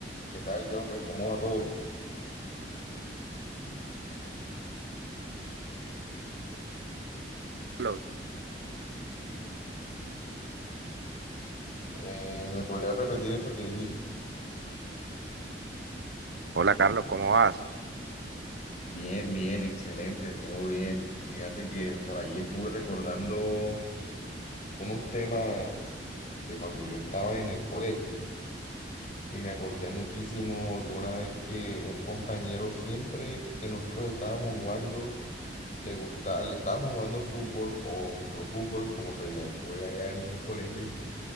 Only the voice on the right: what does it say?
Carlos.
Hola Carlos, ¿cómo vas?